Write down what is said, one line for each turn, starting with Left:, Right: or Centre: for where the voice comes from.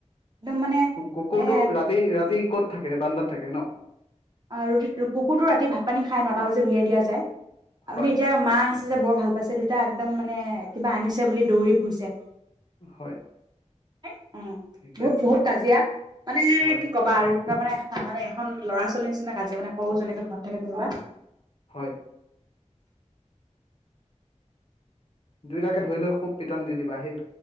Right: একদম মানে
Left: কুকুৰটো
Right: এ
Left: ৰাতি, ৰাতি ক'ত থাকে, বাৰাণ্ডাত থাকে ন।
Right: অ', ৰুটি, কুকুৰটো ৰাতি ভাত-পানী খাই, নটা বাজিত উলিয়াই দিয়া যায়। আপুনি
Left: হয়,
Right: এতিয়া মা আহিছে যে বৰ ভাল পাইছে, দুইতটা একদম মানে কিবা আনিছে বুলি দৌৰি ফুৰিছে।
Left: হয়।
Right: অ',
Left: ঠিকে
Right: বহুত,
Left: আছে,
Right: বহুত কাজিয়া মানে
Left: হয়,
Right: কি কবা আৰু। তাৰ মানে, মানে এখন ল'ৰা-ছোৱালীৰ নিচিনা কাজিয়া মানে সৰু যেনেকে ঘৰত থাকে তেনেকুৱা।
Left: হয়। দুইটাকে ধৰি লৈ খুব পিটন দি দিবা হেই।